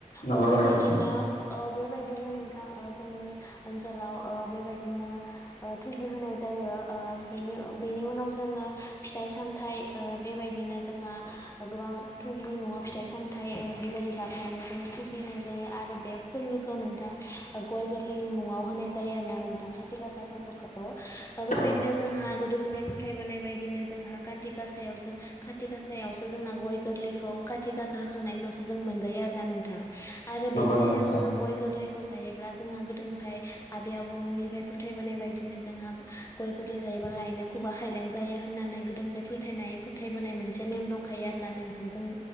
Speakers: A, on the left; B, on the left.
A: नंगौ
B: ओ बेबायदिनो
A: नंगौ नोंथां
B: औ बेबाय दिनो नोंथां ओ जोंनि ओनसोलाव ओ बेबायदिनो ओ थुगि होनाय जायो ओ ओ बेनि बेनि उनाव जोङो फिथाइ सामथाइ ओ बेबायदिनो जोंहा गोबां थुगिनि मुं'आव फिथाइ सामथाइ बेबायदि लाबोनानै जोङो फुगिनाय जायो आरो बे फोरबोखौ नोंथां गय गोरलैनि मुङाव होनाय जायो आरोना नोंथां काथि गासा फोरबोखौ ओ बेबायदिनो
A: औ
B: जोंहा गोदोनिफ्राय फोथायबोनाय बायदिनो जोंहा काथिगासायाव जों काथिगासायावसो जोंना गय गोरलैखौ काथिगासा होखांनायनि उनावसो जों मोनजायो आरोना नोंथां आरो
A: नंगौ
B: बेनि
A: नंगौ
B: सिगां
A: नोंथां
B: जोङो गय गोरलैखौ जायोब्ला जोंहा गोदोनिफ्राय आबै आबौमोनिफ्राय फोथायबोनाय बायदिनो जोंहा गय गोरलै जायो बालायनो खुगा खायलें जायो होननानै गोदोनिफ्राय फोथायनाय फोथायबोनाय मोनसे नेम दंखायो आरोना नोंथां जों